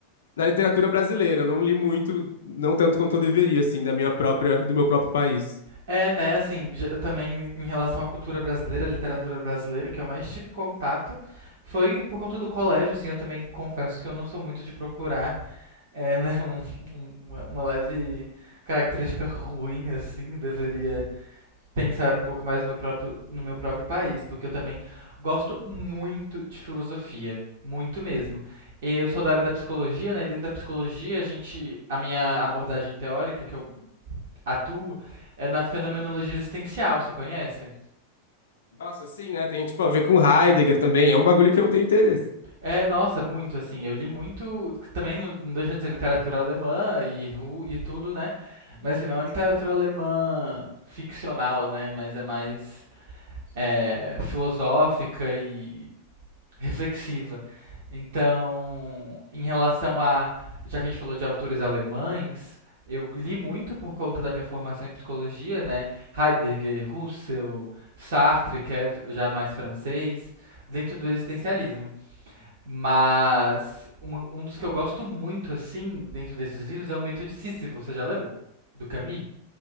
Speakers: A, on the left; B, on the right.
A: na literatura brasileira, eu não li muito, não tanto quanto eu deveria, assim, da minha própria, do meu próprio país.
B: É, né, assim, já- eu também em relação à cultura brasileira, literatura brasileira, o que eu mais tive contato foi por conta do colégio, assim, eu também confesso que eu não sou muito de procurar É, né? um- um- uma, uma leve característica ruim, assim, deveria pensar um pouco mais no meu próprio, no meu próprio país, porque eu também gosto muito de filosofia. Muito mesmo. Eu sou da área da psicologia, né? E dentro da psicologia, a gente, a minha abordagem teórica que eu atuo é na fenomenologia existencial, você conhece?
A: Nossa, sim, né? Tem tipo a ver com Heidegger também. É um bagulho que eu tenho interesse.
B: É, nossa, muito assim. Eu li muito. Também não não deixa de ser literatura alemã e, ru- e tudo, né? Mas assim, não é uma literatura alemã ficcional, né? Mas é mais é, filosófica e reflexiva. Então, em relação a. Já que a gente falou de autores alemães, eu li muito por conta da minha formação em psicologia, né? Heidegger, Husserl, Sartre, que é já mais francês, dentro do existencialismo. Mas um, um dos que eu gosto muito, assim, dentro desses livros é o Mito de Sísifo. Você já leu? Do Camus?